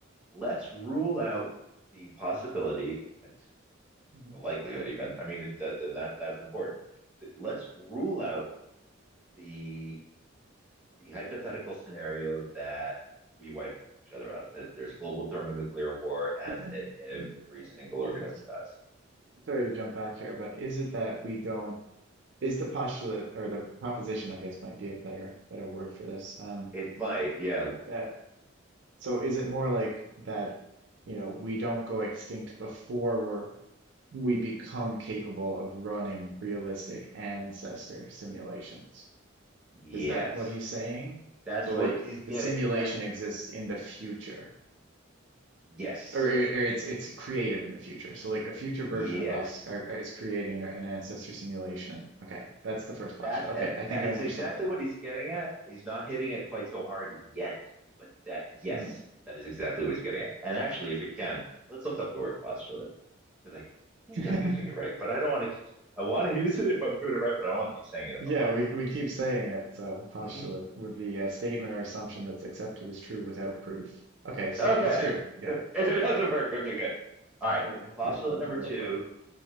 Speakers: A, in the centre; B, on the right.
A: let's rule out the possibility and
B: Mhm.
A: the likelihood, even. I mean, it, and that that's important. Let's rule out the the hypothetical scenario that we wipe each other out, that there's global thermonuclear war, and
B: Is it,
A: that every
B: uh,
A: single organism
B: uh,
A: dies.
B: sorry to jump back here, but is it that we don't, is the postulate or the proposition, I guess, might be a better better word for this. Um,
A: It might, yeah,
B: that so is it more like that, you know, we don't go extinct before we're we become capable of running realistic ancestor simulations?
A: yes.
B: Is that what he's saying?
A: That's
B: So
A: what
B: like
A: he's getting.
B: the simulation
A: That's
B: exists in the future.
A: yes,
B: or, or it's it's created in the future. So like the future
A: yes.
B: version of us are, is creating an ancestor simulation. Okay, that's the first postulate.
A: That uh,
B: Okay, I
A: that
B: think I
A: is
B: understand
A: exactly
B: it
A: what he's getting at. He's not hitting it quite so hard yet, but that yes,
B: now.
A: that is exactly what he's getting at. And actually, if you can, let's look up the word postulate because I think
B: Mhm.
A: I'm using it right,
B: <laughs>
A: but I don't want to keep. I want to <laughs> use it if I'm doing it right, but I don't want to keep saying it if
B: Yeah,
A: I'm wrong.
B: we we keep saying it. So postulate
A: Mm-hmm.
B: would be a statement or assumption that's accepted as true without proof. Okay, so
A: Okay,
B: it's true.
A: <laughs>
B: Yeah,
A: it doesn't
B: yeah,
A: work. Okay, good. All right.
B: yeah.
A: Postulate
B: You're using
A: number
B: the
A: two
B: right word.